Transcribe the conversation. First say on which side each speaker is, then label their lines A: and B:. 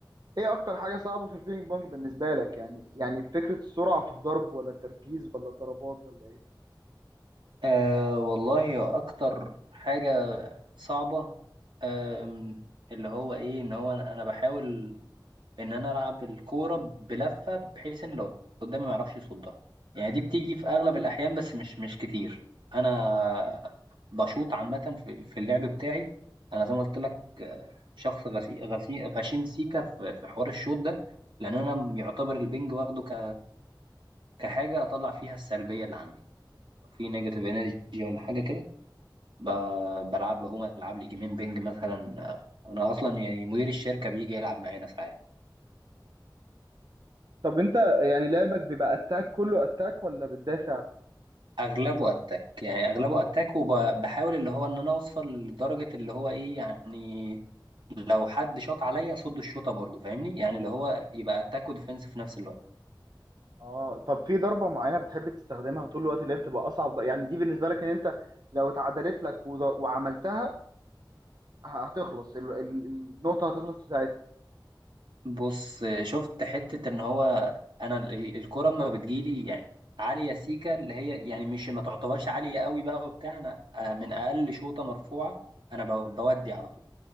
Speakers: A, on the right; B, on the right.
A: ايه اكتر حاجة صعبة في البينج بونج بالنسبة لك يعني يعني فكرة السرعة في الضرب ولا التركيز ولا الضربات ولا ايه
B: أه والله هو أكتر حاجة صعبة أم، اللي هو إيه إن هو أنا أنا بحاول إن أنا ألعب الكورة بلفة بحيث إن اللي قدامي ما يعرفش يصدها يعني دي بتيجي في أغلب الأحيان بس مش مش كتير أنا بشوط عامة في في اللعب بتاعي أنا زي ما قلت لك آه، شخص غسي غسي غشيم سيكا في في حوار الشوط ده لأن أنا يعتبر البنج واخده ك كحاجة أطلع فيها السلبية اللي عندي لو في نيجاتيف إنرجي ولا حاجة كده ب- بلعب هو العب لي جيمين بينج مثلا آه، انا اصلا يعني مدير الشركه بيجي يلعب معانا ساعات
A: طب انت يعني لعبك بيبقى اتاك كله اتاك ولا بتدافع
B: اغلبه اتاك يعني اغلبه اتاك وبحاول اللي هو ان انا اوصل لدرجه اللي هو ايه يعني لو حد شاط عليا اصد الشوطه برضه فاهمني يعني اللي هو يبقى اتاك وديفenس في نفس الوقت
A: اه طب في ضربة معينة بتحب تستخدمها طول الوقت اللي هي بتبقى أصعب بقى؟ يعني دي بالنسبة لك إن أنت لو اتعدلت لك وض- وعملتها هتخلص ال- ال- النقطة هتخلص في ساعتها
B: بص آه، شفت حته ان هو انا ال- الكره اما بتجيلي يعني عاليه سيكا اللي هي يعني مش ما تعتبرش عاليه قوي بقى وبتاع انا آه، من اقل شوطه مرفوعه انا ب- بودي على طول